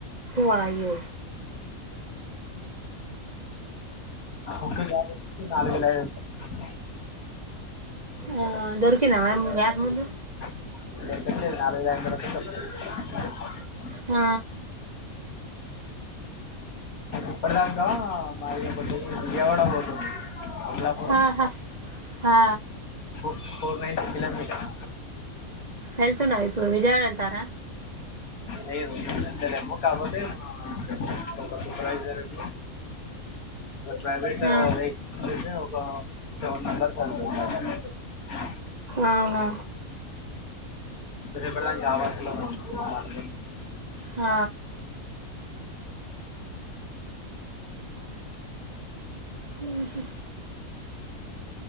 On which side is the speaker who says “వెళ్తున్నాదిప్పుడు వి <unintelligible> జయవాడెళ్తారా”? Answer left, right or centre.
Right